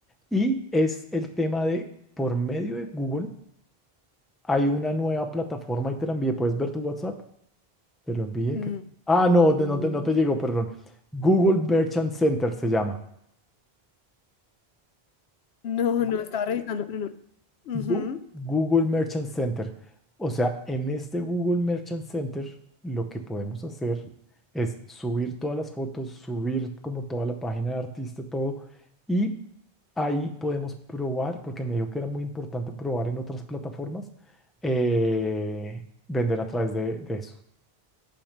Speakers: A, in the centre; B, on the left.
A: y es el tema de, por medio de Google, hay una nueva plataforma y te la envié. ¿Puedes ver tu WhatsApp? Te lo envié.
B: Mm,
A: que- Ah,
B: mm,
A: no, te- no te, no te llegó, perdón. Google Merchant Center se llama.
B: no, no, estaba revisando, pero no. Ujú.
A: Gu- Google Merchant Center. O sea, en este Google Merchant Center lo que podemos hacer es subir todas las fotos, subir como toda la página de artista, todo, y ahí podemos probar, porque me dijo que era muy importante probar en otras plataformas, eh, vender a través de, de eso.